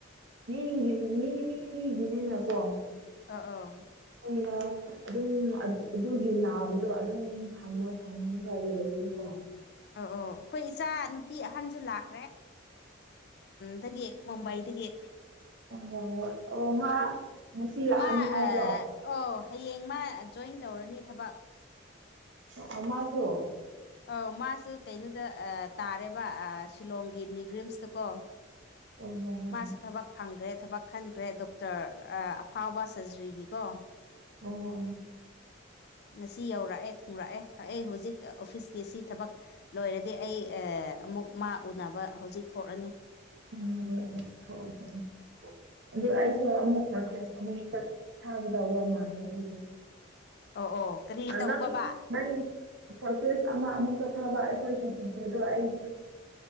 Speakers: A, on the right; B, on the left.
A: ꯃꯤꯒꯤ ꯃꯤ ꯃꯤ ꯃꯤꯒꯤꯅꯤꯅꯀꯣ
B: ꯑ ꯑ
A: ꯅ ꯑꯗꯨꯝ ꯑꯗꯨꯒꯤ ꯅꯥꯕꯗꯣ ꯑꯗꯨꯝ ꯊꯝꯃ ꯊꯝꯃꯒ ꯂꯩꯅꯤꯀꯣ
B: ꯑꯣ ꯑꯣ ꯑꯩꯈꯣꯏ ꯏꯆꯥ ꯅꯨꯄꯤ ꯑꯍꯟꯁꯨ ꯂꯥꯛꯈ꯭ꯔꯦ ꯗꯒꯤ ꯃꯨꯝꯕꯥꯏꯗꯒꯤ
A: ꯑꯣ ꯑꯣ ꯃꯥ ꯉꯁꯤ ꯂꯥꯛꯑꯅꯤ
B: ꯃꯥ
A: ꯍꯥꯏꯕ꯭ꯔꯣ
B: ꯑꯣ ꯍꯌꯦꯡ ꯃꯥ ꯖꯣꯏꯟ ꯇꯧꯔꯅꯤ ꯊꯕꯛ
A: ꯀꯃꯥꯏꯁꯨ
B: ꯑꯧ ꯃꯥꯁꯨ ꯀꯩꯅꯣꯗ ꯇꯥꯔꯦꯕ ꯁꯤꯂꯣꯡꯒꯤ ꯅꯤꯒ꯭ꯔꯤꯝꯁꯇꯀꯣ
A: ꯑꯣ ꯍꯣ ꯍꯣꯏ
B: ꯃꯥꯁꯨ
A: ꯍꯣꯏ
B: ꯊꯕꯛ ꯐꯪꯈ꯭ꯔꯦ ꯊꯕꯛ ꯈꯟꯈ꯭ꯔꯦ ꯗꯣꯛꯇꯔ ꯑꯐꯥꯎꯕ ꯁꯔꯖꯔꯤꯒꯤꯀꯣ
A: ꯑꯣ
B: ꯉꯁꯤ ꯌꯧꯔꯛꯑꯦ ꯊꯨꯡꯔꯛꯑꯦ ꯑꯩ ꯍꯧꯖꯤꯛ ꯑꯣꯐꯤꯁꯀꯤ ꯁꯤ ꯊꯕꯛ ꯂꯣꯏꯔꯗꯤ ꯑꯩ ꯑꯃꯨꯛ ꯃꯥ ꯎꯅꯕ ꯍꯧꯖꯤꯛ ꯊꯣꯛꯂꯅꯤ
A: ꯍ ꯍ ꯍ ꯍꯗꯁꯨ ꯑꯃꯨꯛ ꯄꯣꯁꯦꯁ ꯑꯃꯨꯛ ꯆ ꯊꯒꯗꯕ ꯃꯥꯦ ꯑꯩꯗꯤ
B: ꯑꯣ ꯑꯣ ꯀꯔꯤ ꯇꯧꯕꯕꯥ
A: ꯅ ꯅ ꯄꯣꯁꯦꯁ ꯑꯃ ꯆ ꯊꯕ ꯑꯩꯈꯣꯏꯒꯤ ꯆꯤꯊꯤꯗ ꯑꯩ